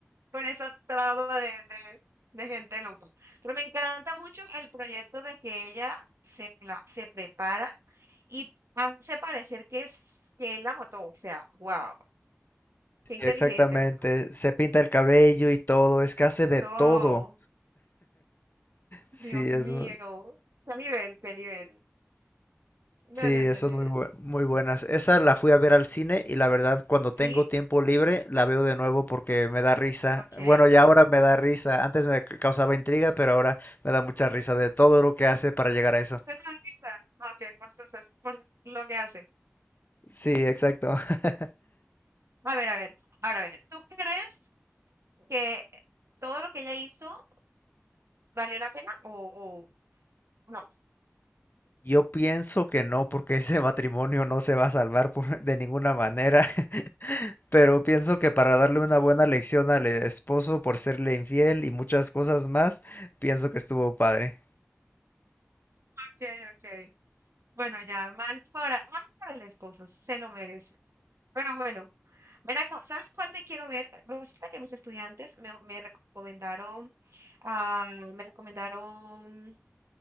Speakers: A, on the right; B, on the left.
A: con esa traba de, de, de gente loca. Pero me encanta mucho el proyecto de que ella se, pla- se prepara y hace parecer que es que él la mató. O sea, wow, qué inteligente,
B: Exactamente.
A: la verdad.
B: Se pinta el cabello y todo, es que hace de
A: Todo,
B: todo. Sí,
A: Dios
B: es,
A: mío,
B: mu-
A: qué nivel, qué nivel. No,
B: Sí,
A: no, no,
B: son
A: no.
B: muy, bue-
A: no.
B: muy buenas. Esa la fui a ver al cine y la verdad cuando
A: ¿Sí?
B: tengo tiempo libre la veo de nuevo porque me da risa.
A: Ok.
B: Bueno, ya ahora me da risa. Antes me c- causaba intriga, pero ahora me da mucha risa de todo lo que hace para llegar a eso.
A: ¿Por qué no grita? Ok, por, sus- por lo que hace.
B: Sí, exacto. <laughs>
A: A ver, a ver, ahora a ver, ¿tú crees que todo lo que ella hizo valió la pena o, o no?
B: Yo pienso que no, porque ese matrimonio no se va a salvar por- de ninguna manera. <laughs> Pero pienso que para darle una
A: No.
B: buena lección al esposo por serle infiel y muchas cosas más, pienso que estuvo padre.
A: Ok, ok. Bueno, ya, mal para, mal para el esposo, se lo merece. Pero bueno, ven acá, ¿sabes cuál me quiero ver? Resulta que mis estudiantes me, me recomendaron, ah, me recomendaron,